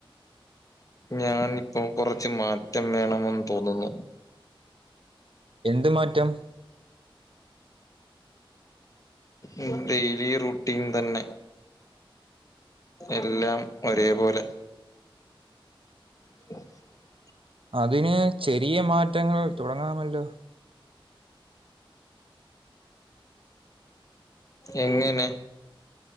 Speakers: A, on the left (about 40°); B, on the right (about 75°).
A: ഞാൻ ഇപ്പോ കുറച്ച് മാറ്റം വേണമെന്ന് തോന്നുന്നു
B: എന്ത് മാറ്റം
A: ഉം ഡെയിലി റൂട്ടീൻ തന്നെ എല്ലാം ഒരേപോലെ <inaudible>
B: അതിന് ചെറിയ മാറ്റങ്ങൾ തുടങ്ങാമല്ലോ
A: എങ്ങനെ